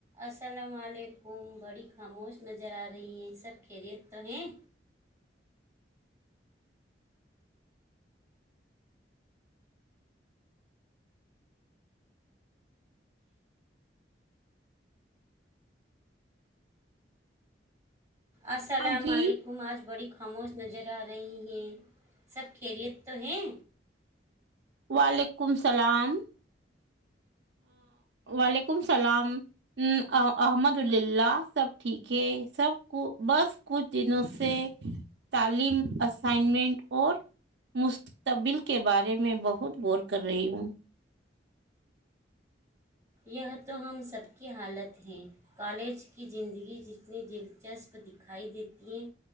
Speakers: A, on the right; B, on the right.
A: السلام علیکم بڑی خاموش نظر آ رہی ہیں سب خیریت تو ہیں السلام
B: ہاں جی
A: علیکم آج بڑی خبر خاموش نظر آ رہی ہیں سب خیریت تو ہیں
B: وعلیکم السلام وعلیکم السلام احمد اللہ سب ٹھیک ہے سب کو بس کچھ دنوں سے تعلیم اسائنمنٹ اور مستقبل کے بارے میں بہت بہت غور کر رہی ہوں
A: یہ تو ہم سب کی حالت ہے کالج کی زندگی جتنی دلچسپ دکھائی دیتی ہیں